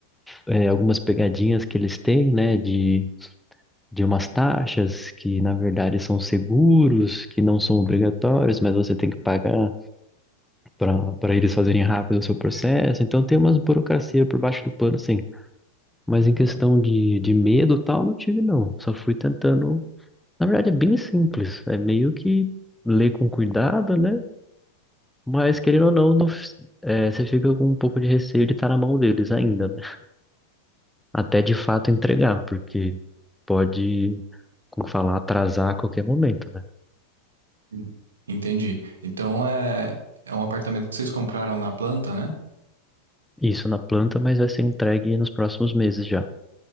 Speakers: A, in the centre; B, on the right.
A: É, algumas pegadinhas que eles têm, né, de de umas taxas que, na verdade, são seguros, que não são obrigatórios, mas você tem que pagar para para eles fazerem rápido o seu processo. Então, tem umas burocracia por baixo do pano, sim. Mas em questão de, de medo e tal, não tive, não. Só fui tentando. Na verdade, é bem simples. É meio que ler com cuidado, né? Mas, querendo ou não, no- é, você fica com um pouco de receio de estar na mão deles ainda, né? Até de fato entregar, porque pode, como falar, atrasar a qualquer momento. né?
B: En- Entendi. Então é, é um apartamento que vocês compraram na planta, né?
A: Isso na planta, mas vai ser entregue nos próximos meses já.